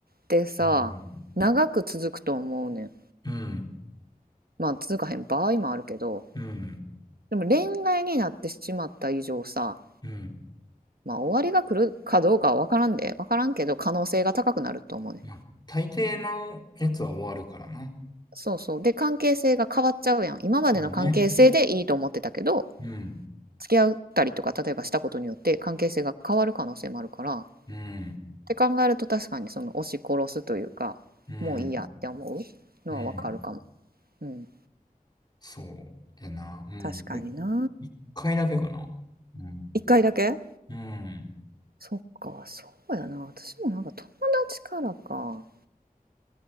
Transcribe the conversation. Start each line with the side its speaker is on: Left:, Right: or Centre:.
Right: てさ、
Left: うん。
Right: 長く続くと思うねん。
Left: うん。
Right: まあ続かへん場合もあるけど
Left: うん。
Right: でも恋愛になってしまった以上さ
Left: うん。
Right: まあ終わりが来るかどうかは分からんで分からんけど可能性が高くなると思うね
Left: まあ、大抵のやつは終わるからな。
Right: そうそうで関係性が変わっちゃうやん今までの関係性でいいと思ってたけど
Left: でもね。うん。
Right: 付き合ったりとか例えばしたことによって関係性が変わる可能性もあるからっ
Left: うん。
Right: て考えると確かにその押し殺すというかもういいやって思うのは分かるかも
Left: うん。うん。
Right: うん
Left: そうやな。うん。
Right: 確かにな
Left: で一回だけかな。うん。
Right: 一回だけ
Left: うん。
Right: そっかそうやな私もなんか友達からか